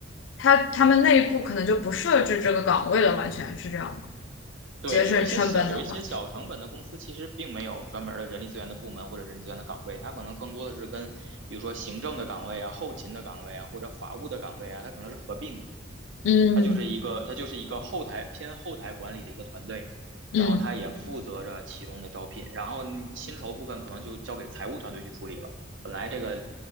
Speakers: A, on the left; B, on the right.
A: 他他们内部可能就不设置这个岗位了，完全是这样吗？
B: 对，
A: 节省成本的话，
B: 有一些小有一些小成本的公司，其实并没有专门儿的人力资源的部门或者人力资源的岗位，它可能更多的是跟比如说行政的岗位啊、后勤的岗位啊或者法务的岗位啊，它可能是合并的。
A: 嗯
B: 他就是一个他就是一个后台偏后台管理的一个团队，
A: 嗯
B: 然后他也负责着其中的招聘，然后薪酬部分可能就交给财务团队去处理了。本来这个